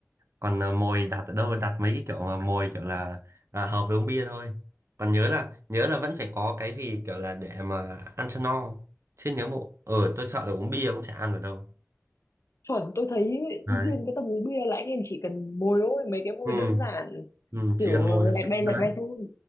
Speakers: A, on the right (about 65°); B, on the left (about 80°).
A: còn à, mồi đặt ở đâu đặt mấy cái kiểu mà mồi kiểu là à, hợp với uống bia thôi còn nhớ là nhớ là vẫn phải có cái gì kiểu là để mà ăn cho no chứ nếu mà ở tôi sợ là uống bia cũng chả ăn được đâu
B: chuẩn tôi thấy
A: đấy
B: riêng cái tầm uống bia là anh em chỉ cần mồi thôi mấy cái mồi
A: ừ,
B: đơn giản
A: ừ chỉ
B: kiểu
A: cần mồi là sao-
B: lẹt bay
A: đấy
B: lẹt bay thôi